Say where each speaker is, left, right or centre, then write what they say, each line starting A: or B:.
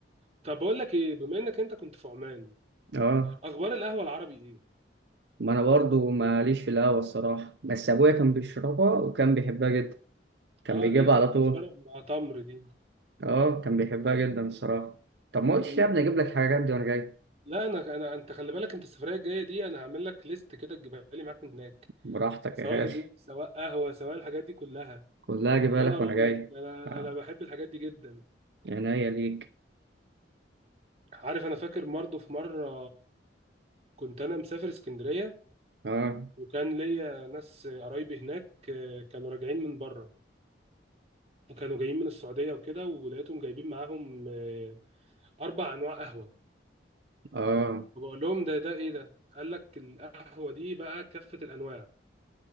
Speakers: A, on the right (about 35°); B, on the right (about 65°).
A: طب بقول لك ايه بما انك انت كنت في عمان
B: اه
A: اخبار القهوه العربي ايه
B: ما انا برضو ماليش في القهوه الصراحه بس ابويا كان بيشربها وكان بيحبها جدا كان
A: اه
B: بيجيبها
A: اللي هي بتتشرب
B: على طول
A: مع تمر دي
B: اه كان بيحبها جدا الصراحه طب ما قلتش
A: مم.
B: ليه يا ابني اجيب لك الحاجات دي وانا جاي
A: لا انا انا انت خلي بالك انت السفريه الجايه دي انا هعمل لك ليست كده تجيبها لي معاك من هناك
B: براحتك
A: سواء
B: يا غالي
A: هدوم سواء قهوه سواء الحاجات دي كلها
B: كلها اجيبها
A: يا
B: لك
A: نهار
B: وانا
A: ابيض
B: جاي
A: انا
B: آه.
A: انا بحب الحاجات دي جدا
B: عينيا ليك
A: عارف انا فاكر برضه في مره كنت انا مسافر اسكندريه
B: اه
A: وكان ليا ناس قرايبي هناك آه، كانوا راجعين من بره وكانوا جايين من السعوديه وكده ولقيتهم جايبين معاهم آه، اربع انواع قهوه
B: اه
A: فبقول لهم ده ده ايه ده قال لك القهوه دي بقى كافه الانواع